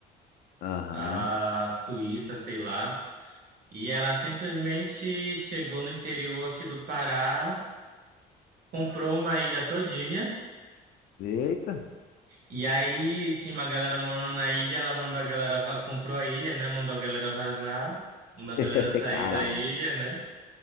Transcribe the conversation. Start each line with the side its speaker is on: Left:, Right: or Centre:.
Left: Aham,
Right: a Suíça, sei lá. E ela simplesmente chegou no interior aqui do Pará, comprou uma ilha todinha.
Left: Eita,
Right: E aí tinha uma galera morando na ilha, ela mandou a galera, va- comprou a ilha, né? Mandou a galera vazar, mandou
Left: <laughs>
Right: a galera sair
Left: caraca.
Right: da ilha, né?